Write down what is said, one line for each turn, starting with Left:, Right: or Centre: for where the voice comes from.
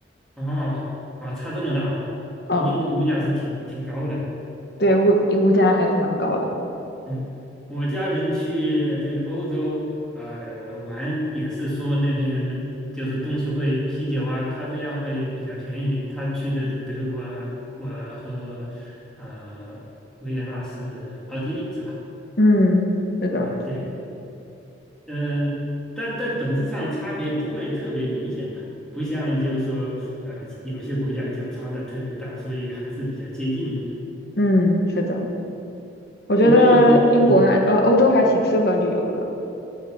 Centre: 哦，啊，差这么大哈，
Left: 嗯，
Centre: 那英国物价是挺挺高的。
Left: 对，物物价还是蛮高的。
Centre: 嗯，我家人去这个欧洲呃玩，也是说那边就是东西会啤酒啊、咖啡啊会比较便宜一点。他去的德德国啊，我和呃维也纳是奥地利是吧？
Left: 嗯，是的，
Centre: 啊，对，呃，但但本质上差别不会特别明显吧。不像就是说，呃，有些国家就差的特别大，所以还是比较接近的。
Left: 嗯，是的，我觉得英国还呃欧洲还挺适合旅游的。
Centre: 你们有有呃，